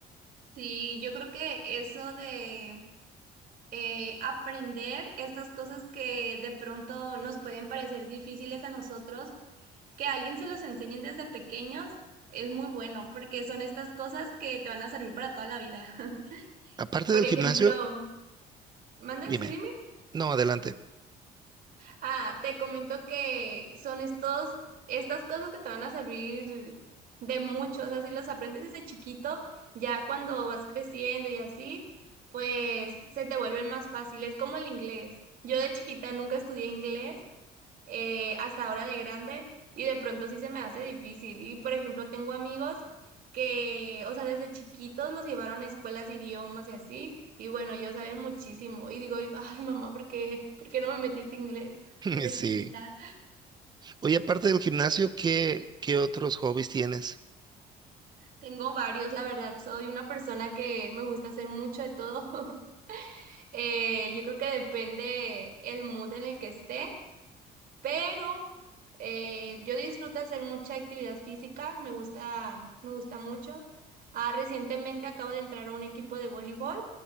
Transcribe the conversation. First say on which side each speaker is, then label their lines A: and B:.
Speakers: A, on the right (about 60°); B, on the right (about 25°).
A: Sí, yo creo que eso de eh, aprender estas cosas que de pronto nos pueden parecer difíciles a nosotros que a alguien se los enseñen desde pequeños es muy bueno, porque son estas cosas que te van a servir para toda la vida. <laughs>
B: Aparte
A: Por
B: del
A: ejemplo,
B: gimnasio,
A: mande,
B: dime.
A: sí, dime.
B: No, adelante.
A: Ah, te comento que son estos, estas cosas que te van a servir de mucho. O sea, si los aprendes desde chiquito, ya cuando vas creciendo y así, pues se te vuelven más fáciles, como el inglés. Yo de chiquita nunca estudié inglés eh, hasta ahora de grande y de pronto sí se me hace difícil. Y por ejemplo, tengo amigos que, o sea, desde chiquitos los llevaron a escuelas de idiomas y así, y bueno, ellos saben muchísimo. Y digo, ay mamá, ¿por qué, por qué no me metiste inglés
B: <laughs>
A: desde
B: Sí.
A: chiquita?
B: Oye, aparte del gimnasio, ¿qué, qué otros hobbies tienes?
A: Tengo varios, la verdad, soy una persona que me gusta hacer mucho de todo. <laughs> Eh, yo creo que depende el mood en el que esté. pero eh, yo disfruto hacer mucha actividad física, me gusta, me gusta mucho. Ah, recientemente acabo de entrar a un equipo de voleibol